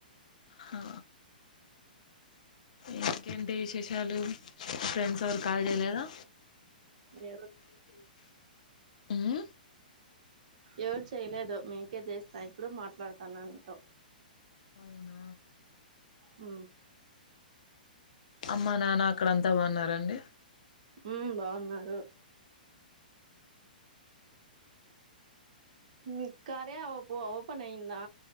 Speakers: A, on the left (about 55°); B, on the right (about 50°).
A: హా ఇంకేంటి విశేషాలు ఫ్రెండ్స్ ఎవరు కాల్ చేేయలేదా
B: <inaudible>
A: మ్మ్
B: ఎవరు చేయలేదో మీకే చేస్తనా ఇప్పుడే మాట్లాడుతన నీతో
A: అవునా
B: ఆ
A: అమ్మా నాన్న అక్కడ అంతా బాగున్నారా అండి
B: ఊమ్ బాగున్నారు మీక్ కార్య ఓప్ ఓపెన్ అయిందా